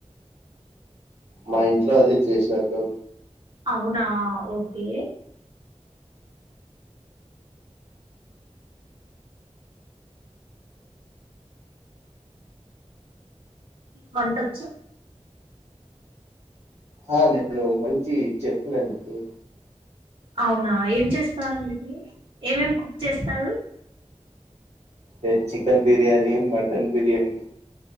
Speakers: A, on the right (about 65°); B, on the right (about 45°).
A: మా ఇంట్లో అదే చేసినారు కాబ
B: అవునా ఓకే వంటొచ్చా
A: ఆ నేను మంచి చెఫ్‌‌నండి
B: అవునా ఏం చేస్తారండి ఏమేం కుక్ చేస్తారు
A: నేన్ చికెన్ బిర్యానీ మటన్ బిర్యానీ